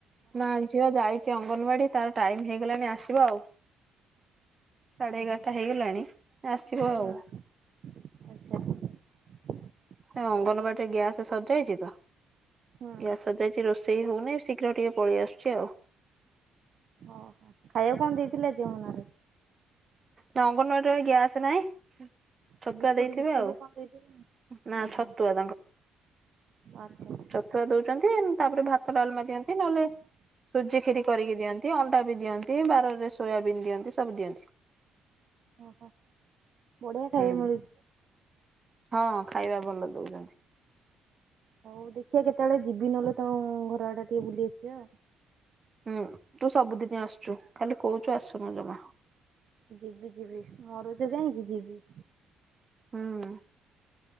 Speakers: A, on the right (about 30°); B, on the right (about 50°).
A: ନା ଝିଅ ଯାଇଚି ଅଙ୍ଗନବାଡ଼ି ତାର ଟାଇମ୍ ହେଇଗଲାଣି ଆସିବ ଆଉ। ସାଢ଼େ
B: ଓହୋ
A: ଏଗାରଟା ହେଇଗଲାଣି ଆସିବ ଆଉ।
B: ହଁ ଆଚ୍ଛା।
A: ଅଙ୍ଗନବାଡ଼ିରେ
B: ହଉ ଆଉ
A: ଗ୍ୟାସ୍ ସରିଯାଇଚିତ
B: ହୁଁ
A: ଗ୍ୟାସ୍ ସରିଯାଇଚି ରୋଷେଇ ହଉନି ଶି ଘ୍ରର ଟିକେ ପେଳିଆସୁଚି ଆଉ।
B: ଓହୋ ଖାଇବାକୁ କଣ ଦେଇଥିଲେ ଆଜି ଅଙ୍ଗନବାଡ଼ିରେ?
A: ନା ଅଙ୍ଗନବାଡ଼ିରବା ଗ୍ୟାସ୍ ନାହିଁ। ଛତୁଆ
B: ଆ ବିସ୍କୁଟ୍
A: ଦେଇଥିବେ
B: ଫିସ୍କୁଟ୍
A: ଆଉ
B: କଁ
A: ନା
B: ଓହୋ
A: ଛତୁଆ
B: ଆଚ୍ଛା।
A: ୁଆ ଦଉଚନ୍ତି ତାପରେ ଭାତ ଡାଲମା ଦିଅନ୍ତି ନହେଲେ ସୁଜି କ୍ଷୀରି କରିକି ଦିଅନ୍ତି ଅଣ୍ଡାବି ଦିଅନ୍ତି ବାରରେ ସୋୟାବିନ୍ ଦିଅନ୍ତି ସବୁ ଦିଅନ୍ତି।
B: ଓହୋ ବଢ଼ିଆ
A: ହୁଁ
B: ଖାଇବା ମିଳୁଚି।
A: ହଁ ଖାଇବା ଭଲ ଦଉଚନ୍ତି।
B: ହଉ ଦେଖିଆ କେତେବେଳେ ଯିବି ନହେଲେ ତମ ଘର ଆଡ଼େ ଟିକେ ବୁଲି ଆସିବା ଆଉ।
A: ହୁଁ ତୁ ସବୁଦିନି ଆସୁଚୁ ଖାଲି କହୁଚୁ ଆସୁନୁ ଜମା।
B: ଯିବି ଯିବି ମରୁଚୁ କାହିଁକି ଯିବି।
A: ହୁଁ।